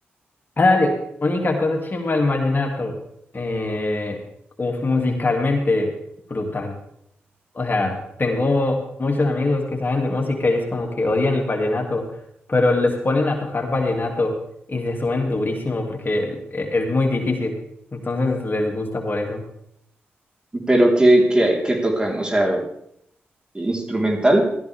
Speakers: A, on the left (about 50°); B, on the right (about 20°).
A: Ah, dale, única cosa chimba del vallenato. Eh, uf, musicalmente brutal. O sea, tengo muchos amigos que saben de música y es como que odian el vallenato, pero les ponen a tocar vallenato y se suben durísimo porque e- es muy difícil. Entonces les gusta por eso.
B: Pero ¿qué, qué, qué tocan? O sea, instrumental.